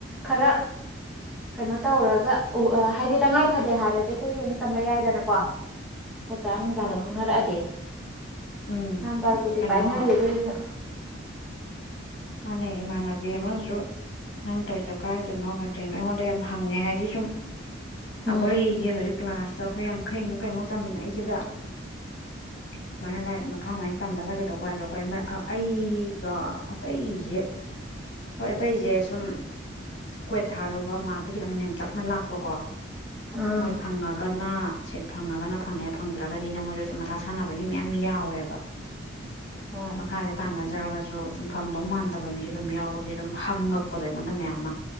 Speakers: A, in the centre; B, on the left.
A: ꯈꯔ ꯀꯩꯅꯣ ꯇꯧꯔꯒ ꯎ ꯍꯥꯏꯗꯤ ꯇꯉꯥꯏ ꯐꯗꯦ ꯍꯥꯏꯔꯗꯤ ꯑꯩꯈꯣꯏꯁꯨꯨꯛ ꯇꯝꯕ ꯌꯥꯏꯗꯅꯀꯣ ꯑꯣꯖꯥ ꯅꯨꯡꯖꯥꯗꯣ
B: ꯑꯣ
A: ꯈꯪꯅꯔꯛꯑꯗꯤ
B: ꯎꯝ
A: ꯅꯝꯕꯔꯄꯨꯔꯇꯤ
B: ꯀꯩꯅꯣ
A: ꯄꯥꯏꯅꯔꯦ ꯑꯗꯨꯗ
B: ꯃꯥꯅꯦ ꯏꯃꯥꯟꯅꯕꯤ ꯑꯃꯁꯨ ꯅꯪ ꯇꯧꯔꯤꯗꯣ ꯀꯥꯏꯗꯅꯣ ꯀꯗꯔꯤꯅꯣ ꯑꯩꯉꯣꯟꯗ ꯌꯥꯝ ꯍꯪꯉꯦ ꯍꯥꯏꯗꯤ ꯁꯨꯝ
A: ꯎꯝ
B: ꯑꯩꯈꯣꯏꯒꯤ ꯍꯧꯖꯤꯛ ꯀ꯭ꯂꯥꯁꯇ ꯑꯩꯈꯣꯏ ꯌꯥꯡꯈꯩꯃꯨꯛ ꯀꯩꯃꯨꯛ ꯆꯥꯃꯤꯟꯅꯏꯁꯤꯗ ꯁꯨꯃꯥꯏꯅ ꯂꯥꯏꯔꯤꯛ ꯃꯈꯥ ꯑꯗꯨꯃꯥꯏꯅ ꯇꯝꯕ ꯆꯠꯈꯤꯗꯧꯕ ꯍꯥꯏꯗꯣ ꯑꯩꯈꯣꯏ ꯑꯩꯒ ꯑꯇꯩꯁꯦ ꯍꯣꯏ ꯑꯇꯩꯁꯦ ꯁꯨꯝ ꯀꯣꯏꯠ ꯊꯥꯔꯨꯕ ꯃꯥꯛꯇ ꯈꯤꯇꯪ ꯅꯦꯝꯇꯛꯅ ꯂꯥꯛꯄꯀꯣ
A: ꯑꯥ
B: ꯃꯣꯏ ꯐꯪꯉꯒꯅ ꯁꯤꯠ ꯐꯪꯉꯒꯅ ꯐꯪꯉꯦ ꯐꯪꯗ꯭ꯔꯒꯗꯤꯅ ꯃꯣꯏꯗꯁꯨ ꯁꯨꯝ ꯃꯊꯥ ꯁꯥꯟꯅꯕꯅꯤ ꯃꯌꯥꯝ ꯌꯥꯎꯋꯦꯕ
A: ꯑꯣ
B: ꯃꯈꯥꯁꯦ ꯇꯥꯟꯅꯖꯔꯒꯁꯨ ꯁꯨꯝ ꯐꯪꯗꯧ ꯃꯥꯟꯗꯕ ꯃꯤꯁꯨ ꯑꯗꯨꯝ ꯌꯥꯎꯕꯒꯤ ꯑꯗꯨꯝ ꯍꯪꯉꯛꯄꯗꯣ ꯑꯩꯉꯣꯟꯗ ꯃꯌꯥꯝ ꯑꯃ